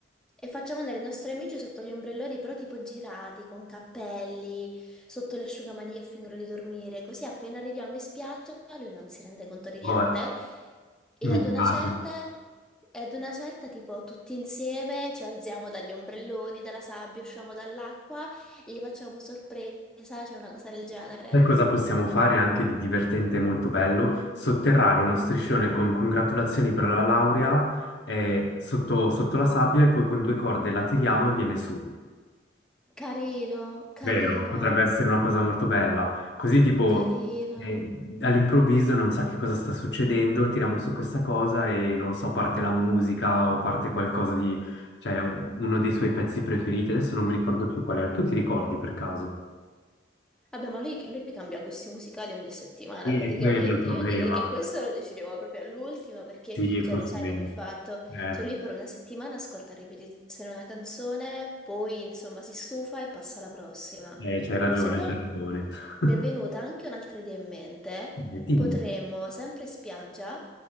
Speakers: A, in the centre; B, on the left.
A: e facciamo andare i nostri amici sotto gli ombrelloni, però tipo girati, con cappelli, sotto le asciugamani che fingono di dormire, così appena arriviamo in spiaggia lui non si rende conto di
B: Vabbè,
A: niente e
B: mi
A: ad una
B: piace.
A: certa... E ad una certa, tipo, tutti insieme ci alziamo dagli ombrelloni, dalla sabbia, usciamo dall'acqua gli facciamo sorpresa, c'è una cosa del genere.
B: Sai cosa possiamo fare anche di divertente e molto bello? Sotterrare uno striscione con congratulazioni per la laurea eh, sotto, sotto la sabbia e poi con due corde la tiriamo e viene su.
A: Carino, carino,
B: Vero, potrebbe essere una cosa molto bella. Così tipo
A: carino.
B: eh, all'improvviso non sa che cosa sta succedendo, tiriamo su questa cosa e non lo so, parte la musica o parte qualcosa di... cioè un- uno dei suoi pezzi preferiti. Adesso non mi ricordo più qual era. Tu ti ricordi per caso?
A: Vabbè, ma lui, lui cambia gusti musicali ogni settimana
B: Sì,
A: praticamente.
B: è quello il problema.
A: Io direi che questo lo decidiamo proprio all'ultimo perché,
B: Sì,
A: cioè,
B: forse
A: lo sai
B: è meglio.
A: come è fatto?
B: Eh,
A: Cioè, lui per una settimana ascolta a ripetizione una canzone, poi insomma si stufa e passa alla prossima.
B: eh, c'hai ragione,
A: Se no,
B: c'hai ragione.
A: mi
B: <laughs>
A: è venuta anche un'altra idea in mente.
B: Eh, Quindi,
A: Potremmo, sempre in spiaggia,